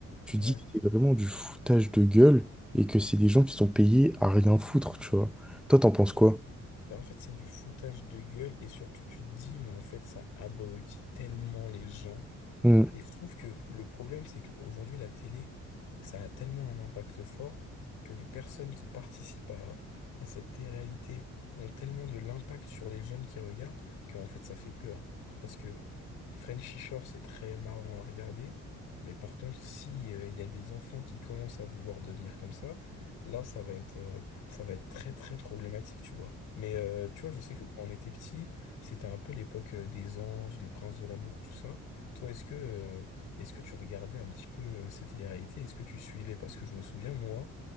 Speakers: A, in the centre; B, on the left.
A: tu dis
B: ouais.
A: que c'est vraiment du foutage de gueule et que c'est des gens qui sont payés à rien foutre, tu vois. Toi, t'en penses quoi?
B: Ben, en fait, c'est du foutage de gueule, et surtout, tu te dis, mais en fait, ça abrutit tellement les gens.
A: Hmm.
B: Et je trouve que le problème, c'est qu'aujourd'hui, la télé, ça a tellement un impact fort que les personnes qui participent à, à cette télé-réalité ont tellement de l'impact sur les jeunes qui regardent qu'en fait, ça fait peur. Parce que Frenchy Shore, c'est très marrant à regarder, mais par contre, si euh, il y a des enfants qui commencent à vouloir devenir comme ça, là, ça va être, euh, ça va être très, très problématique, tu vois. Mais euh, tu vois, je sais que quand on était petit, c'était un peu l'époque euh, des anges, des princes de l'amour, tout ça. Toi, est-ce que, euh, est-ce que tu regardais un petit peu euh, ces télé-réalités? Est-ce que tu suivais? Parce que je me souviens, moi,